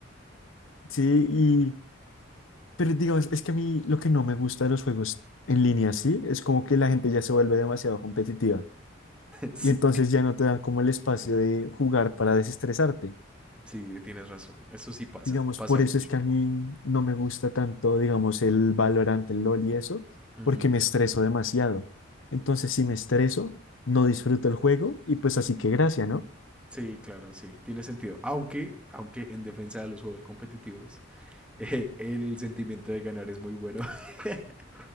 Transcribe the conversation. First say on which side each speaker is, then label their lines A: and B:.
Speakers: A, on the left (about 85°); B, in the centre.
A: Sí, y... Pero digamos, es que a mí lo que no me gusta de los juegos en línea, sí, es como que la gente ya se vuelve demasiado competitiva.
B: <laughs> Sí.
A: y entonces ya no te dan como el espacio de jugar para desestresarte.
B: Sí, tienes razón. Eso sí pasa,
A: Digamos,
B: pasa
A: por
B: mucho.
A: eso es que a mí no me gusta tanto, digamos, el Valorant, el LoL y eso,
B: Ujú.
A: porque me estreso demasiado. Entonces, si me estreso, no disfruto el juego y pues así que gracia, ¿no?
B: Sí, claro, sí, tiene sentido. Aunque, aunque en defensa de los juegos competitivos, <laughs> eh, el sentimiento de ganar es muy bueno. <laughs>